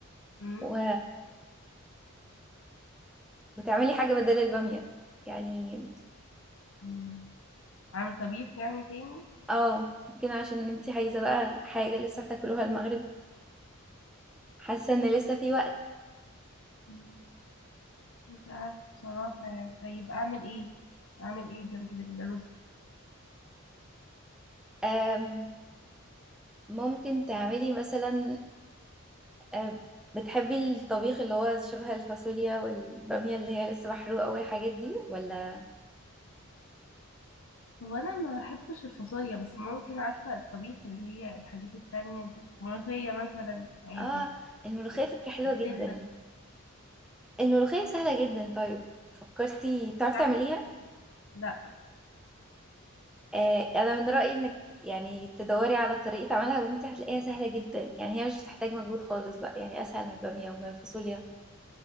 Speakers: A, on the left; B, in the centre.
A: مم.
B: و... وتعملي حاجة بدل البامية يعني
A: مم. أعمل طبيخ يعني تاني
B: اه ممكن عشان انتي عايزة بقى حاجة لسه هتاكلوها المغرب حاسة ان لسه في وقت
A: مم. مش عارف بصراحة يعني طيب أعمل إيه؟ أعمل إيه جنب الرز؟
B: أم... ممكن تعملي مثلا آه، بتحبي الطبيخ اللي هو شبه الفاصوليا والبامية اللي هي لسه محروقة والحاجات دي ولا
A: هو أنا ما بحبش الفاصوليا بس ممكن عارفة الطبيخ اللي هي الحاجات التانية دي ملوخية مثلا عادي
B: اه الملوخية فكرة حلوة
A: بزلة
B: جدا الملوخية سهلة جدا طيب فكرتي
A: بتتعب-
B: بتعرفي تعمليها
A: لا
B: آه انا من رأيي انك يعني تدوري على طريقة عملها وانتي هتلاقيها سهلة جدا يعني هي مش بتحتاج مجهود خالص بقى يعني اسهل من البامية ومن الفاصوليا